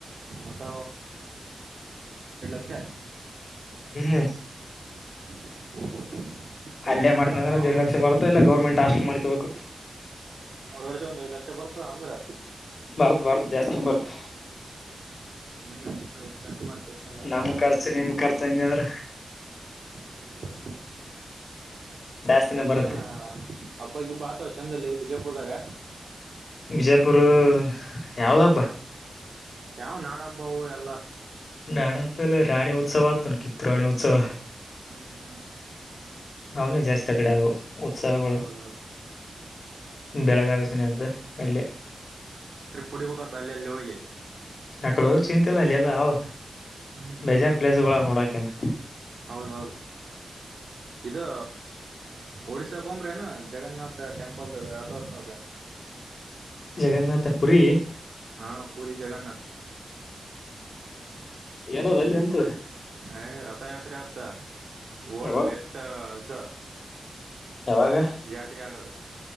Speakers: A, on the right; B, on the left.
A: ಒಟ್ಟ ಷ
B: ಹ್ಮ್
A: ಹ್ಮ್ ಹ್ಮ್ ದೇಡ್
B: ಅಲ್ಲೇ
A: ಅಂತಾರ
B: ಮಾಡ್ತನಂದ್ರೆ
A: ಹಾ
B: ದಡ್ ಲಕ್ಷ ಬರ್ತ ಇಲ್ಲ ಗೌರ್ಮೆಂಟ್ ಹಾಸ್ಟ್ಲ್ ಮಾಡ್ಕಬೇಕು
A: ಮೂರ್ ವರ್ಷ ಒಂದ್ ಐದ್ ಲಕ್ಷ ಬರ್ತದ ಅಂದ್ರ
B: ಬರ್ತ ಬರ್ತ ಜಾಸ್ತಿ ಬರ್ತ
A: ಹ್ಮ್ ಹ್ಮ್ ನಿಟ್ ಮಾಡಿ ಎಷ್ಟು ಖರ್ಚ ಮಾಡ್ತ ಅಷ್ಟಲ್ಲ ಅಂತ
B: ನಮ್ ಖರ್ಚು ನಿಮ್ ಖರ್ಚು ಹಂಗ ಅಂದ್ರ
A: ಹ್ಮ್
B: ಜಾಸ್ತಿನ
A: ಅಲ್ಲಿ
B: ಬರುತ್ತೆ
A: ಏನಣ ಹಬ್ಬಕ್ಕಿಬ್ಬಾತವ ಚಂದಲ್ಲಿ ಬಿಜಯಪುರದಾಗ
B: ಬಿಜಾಪುರ್ ಯಾವ್ದ ಹಬ್ಬ
A: ಯಾವ ನಾಡ ಹಬ್ಬವು ಎಲ್ಲಾ
B: ನಾಾನ ಪೇಲೆ ರಾಣೀ ಉತ್ಸವವತ ಕಿತು ರಾಣಿ ಉತ್ಸವ
A: ಹ್ಮ್ ಹ್ಮ್
B: ಅವನ ಜಾಸ್ತಿ ಆ ಕಡೆ ಆಗು ಸಬಳ
A: ಹೌದೌದು
B: ಬೆಳಗಾವ ಸನದ್ದ ಅಲ್ಲಿಯ
A: ಕುಡಿಕ್ಕತ ಅಲ್ಲ ಅಲ್ಲಿ ಹೋಗಿ
B: ಆಕಡೆ ಹದ ಚಿಂತೆ ಇಲ್ಲ ಅಲ್ಲಿ ಎಲ್ಲ ಅವ
A: ಹ್ಮ್
B: ಬೇಜನ್ ಪ್ಲೇಸ್ಗಳುಾವ ನೋಡಕನ್
A: ಹೌದೌದು ಇದು ಒಡ್ಶಾ ಕಂಬ್ರೇ ನು ಜಗನ್ನಾಥ್ ಟೆಂಲ್ ರಥೋಸ್ತವಾಗ
B: ಜಗನ್ನಥ ಪುರಿ
A: ಹಾ ಪೂರಿ ಜಗನ್ನಥ
B: ಏನದ ಅಲ್ಲಿ ಎಂತ
A: ಏ ರಥಯಾತ್ರೆ ಆತ್ತ ವರ್ಲ್ಡ್
B: ಯಾವಾಗ
A: ಬೆಸ್ಟ್ ಇದು
B: ಯಾವಾಗ
A: ಜಾತ್ರೆ ಆಗದು